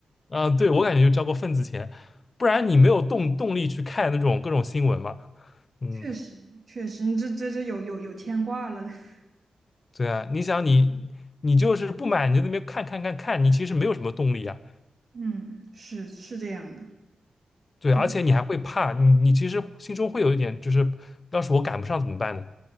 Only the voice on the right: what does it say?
确实确实，你这这这有有有牵挂了。<laughs>
嗯，是是这样的。
都